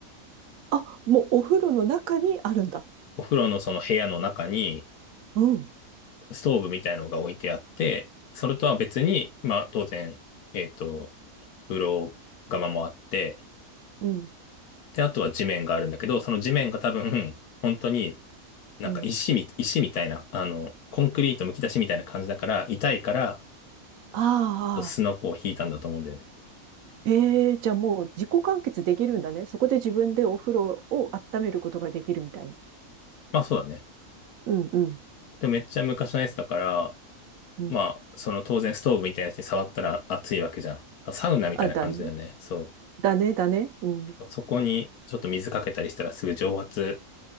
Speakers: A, on the right; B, on the left.
A: あ、もうお風呂の中にあるんだ。
B: お風呂のその部屋の中に、
A: うん。
B: ストーブみたいのが置いてあって、それとは別に、まあ当然、えっと、風呂釜もあって、
A: うん。
B: で、あとは地面があるんだけど、その地面が多分、本当になんか石み、
A: うん。
B: 石みたいな、あの、コンクリートむき出しみたいな感じだから、痛いから、
A: ああ、
B: スノコを引いたんだと思うんだよね。
A: ええーじゃあもう自己完結できるんだね。そこで自分でお風呂を温めることができるみたいな。
B: まあそうだね。
A: うんうん。
B: でもめっちゃ昔のやつだから、
A: うん。
B: まあ、その当然ストーブみたいなやつに触ったら熱いわけじゃん。あサウナみたいな感じだよね。
A: あ、だね。
B: そ
A: だね、だね。うん。
B: う。そこにちょっと水かけたりしたらすぐ蒸発